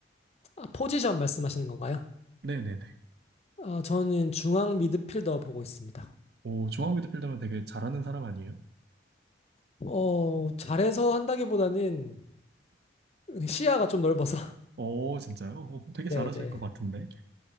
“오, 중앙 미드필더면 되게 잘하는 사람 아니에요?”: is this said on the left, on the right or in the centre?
Right